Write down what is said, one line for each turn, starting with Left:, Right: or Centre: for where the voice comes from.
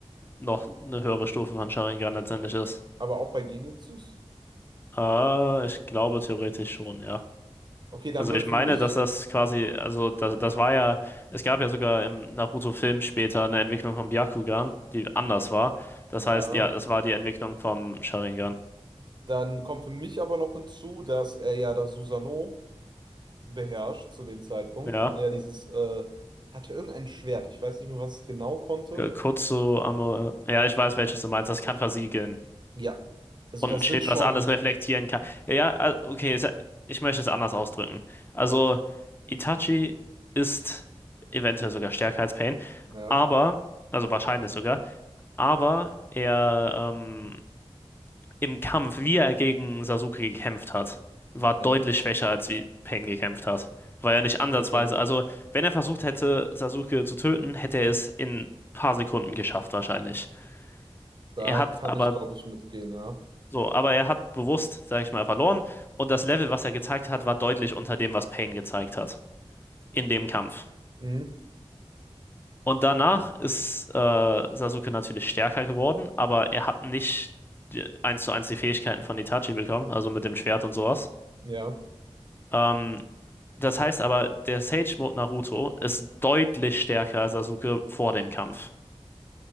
Left: noch eine höhere Stufe von Sharingan letztendlich ist.
Right: Aber auch bei Genjutsus?
Left: Ah, ich glaube theoretisch schon, ja.
Right: Okay, dann
Left: Also
Right: würde
Left: ich
Right: für
Left: meine,
Right: mich,
Left: dass das quasi, also das, das war ja, es gab ja sogar im Naruto-Film später eine Entwicklung vom Byakugan, die anders war. Das
Right: ja,
Left: heißt, ja, es war die Entwicklung vom Sharingan.
Right: dann kommt für mich aber noch hinzu, dass er ja das Susanoo beherrscht zu dem Zeitpunkt
Left: Ja,
Right: und er dieses, äh, hatte irgendein Schwert. Ich weiß nicht mehr, was es genau konnte.
Left: K- kurz zu Amor, ja, ich weiß, welches du meinst, das kann versiegeln.
Right: Ja, also
Left: Und
Right: das
Left: ein Schild,
Right: sind schon,
Left: was alles reflektieren kann. Ja, ah, okay, es- ich möchte es anders ausdrücken. Also,
Right: ja,
Left: Itachi ist eventuell sogar stärker als Pain,
Right: ja,
Left: aber, also wahrscheinlich sogar, aber er ähm, im Kampf, wie er gegen Sasuke gekämpft hat, war deutlich
Right: ja,
Left: schwächer, als wie Pain gekämpft hat. Weil er nicht ansatzweise,
Right: okay.
Left: also wenn er versucht hätte, Sasuke zu töten, hätte er es in ein paar Sekunden geschafft, wahrscheinlich.
Right: Da
Left: Er hat
Right: kann
Left: aber
Right: ich, glaube ich, mitgehen, ja.
Left: So, aber er hat bewusst, sag ich mal, verloren. Und das Level, was er gezeigt hat, war deutlich unter dem, was Pain gezeigt hat. In dem Kampf.
Right: Mhm.
Left: Und danach ist äh, Sasuke natürlich stärker geworden, aber er hat nicht die- eins zu eins die Fähigkeiten von Itachi bekommen, also mit dem Schwert und sowas.
Right: Ja,
Left: Ähm, das heißt aber, der Sage-Mode Naruto ist deutlich stärker als Sasuke vor dem Kampf.